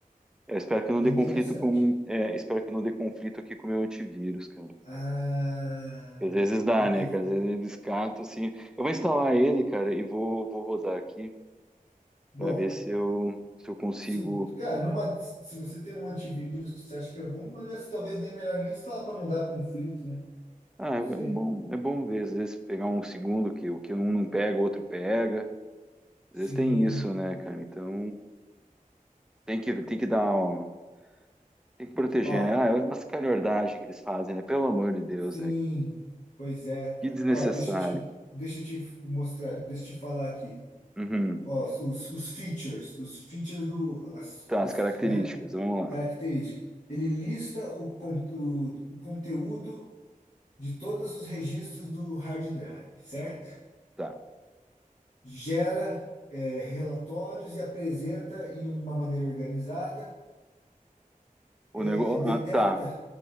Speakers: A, in the centre; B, on the left (about 55°).
A: Eu espero que não
B: É
A: dê
B: interessante.
A: conflito com. é, espero que não dê conflito aqui com o meu antivírus, cara.
B: Ah,
A: Às vezes dá,
B: tem
A: né,
B: que.
A: cara? Às vezes ele escata, assim. Eu vou instalar ele, cara, e vou, vou rodar aqui
B: Bom,
A: para ver se eu, se eu consigo.
B: se, cara, numa, se você tem um antivírus que você acha que é bom, numa dessas talvez nem melhor nem instalar para não dar conflito, né?
A: Ah, é
B: Sei.
A: bom, é bom ver. Às vezes pegar um segundo que o que um não pega, o outro pega. Às
B: Sim.
A: vezes tem isso, né, cara? Então tem que, tem que dar, ó, tem que proteger,
B: Ó,
A: né? Ah, é uma sacanagem que eles fazem, né? Pelo amor de Deus,
B: sim.
A: né?
B: Pois é, cara.
A: Que desnecessário.
B: Ó, deixa eu te, deixa eu te mostrar, deixa eu te falar aqui.
A: Uhum.
B: Ó, os, os features, os features do, as,
A: Tá,
B: as,
A: as características,
B: né?
A: vamos
B: Características.
A: lá.
B: Ele lista o, con- o, o conteúdo de todos os registros do hard drive, certo?
A: Tá.
B: gera eh, relatórios e apresenta em uma maneira organizada,
A: O
B: eh,
A: nego...
B: detecta,
A: ah, tá,